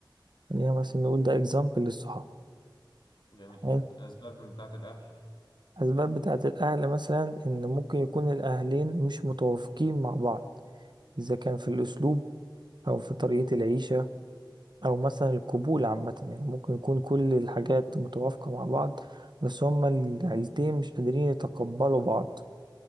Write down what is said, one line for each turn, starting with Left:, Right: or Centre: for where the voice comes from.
Right: خلينا مثلا نقول ده اكزامبل للصحاب
Left: جميل
Right: حلو
Left: جدا أسباب من بتاعة الأهل
Right: أسباب بتاعة الأهل مثلا إن ممكن يكون الأهلين مش متوافقين مع بعض إذا كان في الأسلوب أو في طريقة العيشة او مثلا القبول عامه يعني ممكن يكون كل الحاجات متوافقه مع بعض بس هما العيلتين مش قادرين يتقبلوا بعض